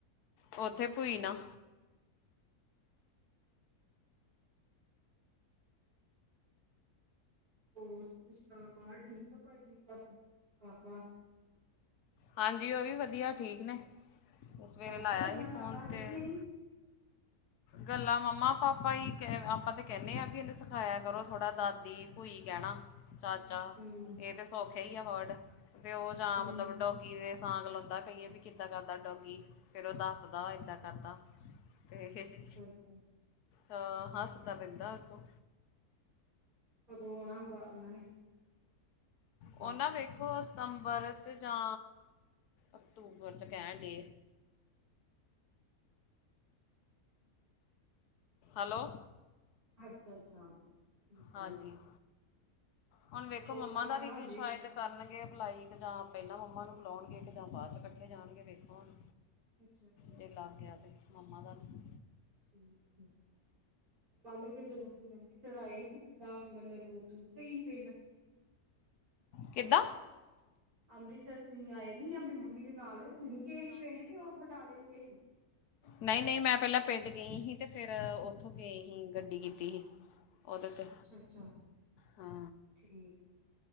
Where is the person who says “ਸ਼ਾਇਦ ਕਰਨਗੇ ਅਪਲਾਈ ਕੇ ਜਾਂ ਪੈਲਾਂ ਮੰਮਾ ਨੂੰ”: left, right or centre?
Left